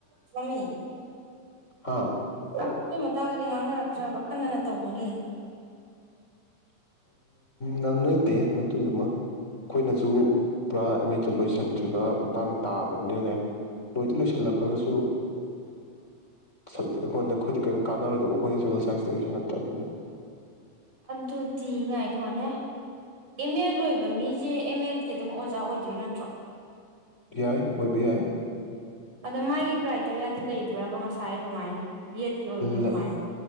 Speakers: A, on the right; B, on the left.
A: ꯔꯃꯤ <unintelligible>
B: ꯍꯥꯥ
A: ꯑꯗꯨꯏ ꯃꯇꯥꯡꯗꯗꯤ ꯉꯥꯡꯅꯔꯛꯇ꯭ꯔꯕ꯭ꯔꯥ ꯑꯈꯟꯅꯅ ꯇꯧꯕꯒꯤ
B: ꯉꯥꯡꯅꯗꯦ ꯃꯗꯨꯗꯨꯃ ꯈꯣꯏꯅꯁꯨ ꯄꯨꯔꯥ ꯑꯦ ꯂꯣꯏꯁꯟꯗꯔꯤꯕ ꯃꯇꯥꯡ ꯇꯕꯅꯤꯅꯅꯦ ꯂꯣꯏꯗꯤ ꯂꯣꯏꯁꯟ ꯁꯤꯜꯂꯛꯑꯒꯁꯨ ꯁꯞꯖꯦꯛ ꯑꯩꯉꯣꯟꯗ ꯑꯩꯈꯣꯏꯗ ꯀꯔꯤꯝ ꯀꯥꯟꯅꯔꯣꯏꯗꯧꯕ ꯑꯩꯈꯣꯏꯗ ꯁꯣꯁꯦꯜ ꯁꯥꯏꯟꯁꯇꯒꯤꯁꯨ ꯅꯠꯇ꯭ꯔꯕꯅꯤꯅ
A: ꯑꯗꯨꯗꯤ ꯉꯥꯏꯈꯣꯅꯦ ꯑꯦꯝ ꯑꯦꯗ ꯂꯣꯏꯕ ꯃꯤꯖꯦ ꯑꯦꯝ ꯑꯦꯗꯀꯤ ꯑꯗꯨꯝ ꯑꯣꯖꯥ ꯑꯣꯏꯗꯣꯏ ꯅꯠꯇ꯭ꯔꯣ
B: ꯌꯥꯏ ꯑꯣꯏꯕ ꯌꯥꯏ
A: ꯑꯗꯣ ꯃꯥꯒꯤ ꯀ꯭ꯔꯥꯏꯇꯔꯤꯌꯥꯗꯤ ꯂꯩꯕ꯭ꯔꯕ ꯉꯁꯥꯏ ꯑꯗꯨꯃꯥꯏꯅ ꯕꯤ ꯑꯦꯗꯀꯤ ꯑꯣꯏꯕ ꯑꯗꯨꯃꯥꯏꯅ
B: ꯂꯩ